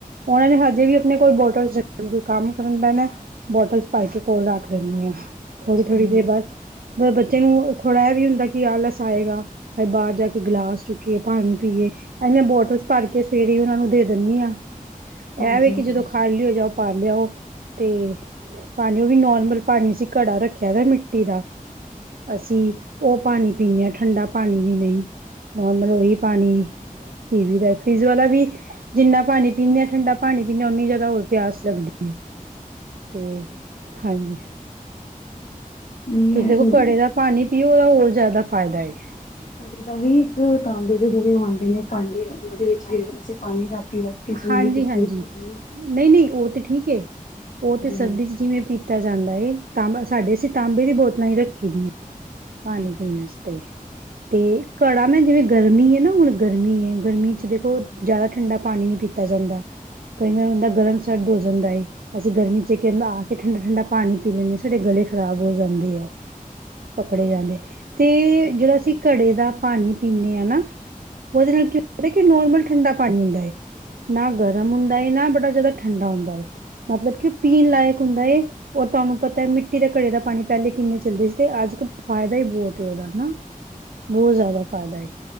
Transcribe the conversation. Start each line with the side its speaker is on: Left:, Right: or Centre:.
Right: ਉਹਨਾਂ ਨੇ ਹਜੇ ਵੀ ਆਪਣੇ ਕੋਲ ਬੋਟਲ ਕੋਈ ਕੰਮ ਕਰਨ ਬਹਿਣਾ। ਬੋਟਲਸ ਭਰ ਕੇ ਕੋਲ ਰੱਖ ਲੈਂਦੀ ਆ ਥੋੜ੍ਹੀ
Left: ਹਾਂਜੀ ਹਾਂਜੀ ਹਾਂਜੀ ਹਾਂਜੀ
Right: ਥੋੜ੍ਹੀ ਦੇਰ ਬਾਅਦ। ਬ ਬੱਚੇ ਨੂੰ ਥੋੜ੍ਹਾ ਇਹ ਵੀ ਹੁੰਦਾ ਕਿ ਆਲਸ ਆਏਗਾ ਹਜੇ ਬਾਹਰ ਜਾ ਕੇ ਗਿਲਾਸ ਚੁੱਕੀਏ। ਪਾਣੀ ਪੀਏ ਅ ਮੈਂ ਬੋਟਲਸ ਭਰ ਕੇ ਸਵੇਰੇ ਹੀ ਉਹਨਾਂ ਨੂੰ ਦੇ ਦਿੰਦੀ ਹਾਂ। ਇਹ
Left: ਹਾਂਜੀ
Right: ਵੇ ਕਿ
Left: ਹਾਂਜੀ ਹਾਂਜੀ
Right: ਜਦੋਂ ਖਾ ਲਿਓ ਜਾਓ ਭਰ ਲਿਆਓ ਤੇ। ਪਾਣੀ ਉਹ ਵੀ ਨੋਰਮਲ ਪਾਣੀ ਸੀ ਘੜਾ ਰੱਖਿਆ ਦਾ ਮਿੱਟੀ ਦਾ ਅਸੀਂ। ਉਹ ਪਾਣੀ ਪੀਣੇ ਆ ਠੰਡਾ ਪਾਣੀ ਵੀ ਨਹੀਂ, ਨੋਰਮਲ ਉਹੀ ਪਾਣੀ। ਪਿਵੀ ਦਾ ਫਰਿਜ ਵਾਲਾ ਵੀ ਜਿੰਨਾ ਪਾਣੀ ਪੀਂਦੇ ਹਾਂ ਠੰਡਾ ਪਾਣੀ ਪੀਂਦੇ ਆਂ ਓਨੀ ਜ਼ਿਆਦਾ ਹੋਰ ਪਿਆਸ ਲੱਗਦੀ ਐ। ਤੇ ਹਾਂਜੀ
Left: ਹਾਂਜੀ
Right: ਤੁਸੀਂ
Left: ਹਾਂਜੀ
Right: ਦੇਖੋ
Left: ਹਾਂਜੀ
Right: ਘੜੇ ਦਾ ਪਾਣੀ ਪੀਓ ਉਹਦਾ ਹੋਰ ਜ਼ਿਆਦਾ ਫਾਇਦਾ ਏ।
Left: ਕਦੇ ਤਾਂ ਵੀ ਇੱਕ ਤਾਂਬੇ ਦੇ ਮੂੰਹ ਆਉਂਦੇ ਨੇ ਭਾਂਡੇ ਉਹਦੇ ਵਿੱਚ ਫਿਰ ਅਸੀਂ ਪਾਣੀ ਰਾਤੀ ਕੇ ਸੋਈਏ
Right: ਹਾਂਜੀ,
Left: ਤੇ ਸਵੇਰੇ
Right: ਹਾਂਜੀ
Left: ਉੱਠੀਏ
Right: ਨਹੀਂ, ਨਹੀਂ ਉਹ ਤੇ ਠੀਕ ਏ। ਉਹ ਤੇ ਸਰਦੀ
Left: ਹਾਂਜੀ
Right: ਚ ਜਿਵੇਂ ਪੀਤਾ ਜਾਂਦਾ ਏ, ਤਾਂਬੇ ਸਾਡੇ
Left: ਹਾਂਜੀ
Right: ਅਸੀਂ ਤਾਂਬੇ ਦੀ ਬੋਤਲਾਂ ਹੀ ਰੱਖੀ ਦੀਆਂ। ਪਾਣੀ
Left: ਹਾਂਜੀ
Right: ਪੀਣ ਵਾਸਤੇ ਤੇ ਘੜਾ ਮੈਂ ਜਿਵੇਂ ਗਰਮੀ ਹੈ ਨਾ ਹੁਣ ਗਰਮੀ ਹੈ।
Left: ਹਾਂਜੀ
Right: ਗਰਮੀ ਚ ਦੇਖੋ
Left: ਹਾਂਜੀ
Right: ਜ਼ਿਆਦਾ ਠੰਡਾ ਪਾਣੀ ਨੀ ਪੀਤਾ ਜਾਂਦਾ। ਕਈ ਵਾਰੀ
Left: ਹਾਂਜੀ
Right: ਹੁੰਦਾ ਗਰਮ
Left: ਹਾਂਜੀ
Right: ਸਰਦ ਹੋ ਜਾਂਦਾ ਏ। ਅਸੀਂ ਗਰਮੀ ਚ ਆ ਕੇ ਠੰਡਾ ਠੰਡਾ ਪਾਣੀ ਪੀ ਲੈਂਦੇ ਹਾਂ ਸਾਡੇ ਗਲੇ ਖ਼ਰਾਬ ਹੋ ਜਾਂਦੇ ਹੈ। ਪਕੜੇ ਜਾਂਦੇ ਤੇ ਜਿਹੜਾ ਅਸੀਂ
Left: ਹਾਂਜੀ
Right: ਘੜੇ ਦਾ ਪਾਣੀ ਪੀਦੇ ਹਾਂ ਨਾ ਉਹਦੇ ਨਾਲ ਕਿ ਪਤਾ ਕਿ ਨੋਰਮਲ ਠੰਡਾ ਪਾਣੀ ਹੁੰਦਾ ਹੈ ਨਾ ਗਰਮ ਹੁੰਦਾ ਹੈ ਨਾ ਬੜਾ ਜਦੋਂ ਠੰਡਾ ਹੁੰਦਾ ਏ ਮਤਲਬ ਕਿ ਉਹ ਪੀਣ ਲਾਇਕ ਹੁੰਦਾ ਏ ਉਹ ਤੁਹਾਨੂੰ ਪਤਾ ਮਿੱਟੀ ਦੇ ਘੜੇ ਦਾ ਪਾਣੀ ਪਹਿਲੇ ਕਿੰਨੇ ਚੱਲਦੇ ਸੀ ਤੇ ਅੱਜ ਫਾਇਦਾ
Left: ਹਾਂਜੀ
Right: ਹੀ ਬਹੁਤ ਉਹਦਾ ਨਾ ਬਹੁਤ ਜ਼ਿਆਦਾ ਫਾਇਦਾ ਏ